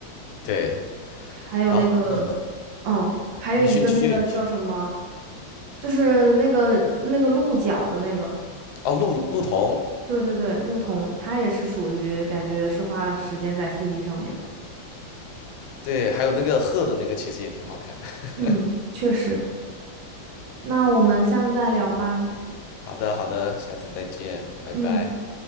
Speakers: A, on the left; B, on the right.
A: 对，
B: 还有那个，
A: 好，那我们
B: 嗯，还有一个那个叫什么，
A: 你去你去续，你继续
B: 就是那个那个鹿角的那个，
A: 哦，陆陆童，
B: 对对对，鹿童，他也是属于感觉是花了时间在 CG 上面的
A: 对，还有那个贺的那个其实也挺好看的。
B: 嗯，
A: <laughs>
B: 确实。那我们下次再聊吧。
A: 好的，好的，下次再见，拜拜。
B: 嗯。